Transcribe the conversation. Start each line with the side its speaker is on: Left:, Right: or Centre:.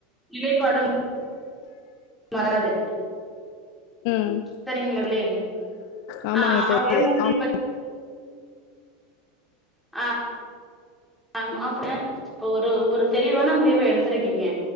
Centre: நிலைப்பாடும் வராது.
Left: ம்
Centre: சரிங்களா
Left: ஆமாங்க
Centre: ஆ
Left: தோழி
Centre: அவ என்ன தீப
Left: ஆம்
Centre: ஆ ஆ அப்ட இப்ப ஒரு ஒரு தெளிவான முடிவ எடுத்திருக்கீங்க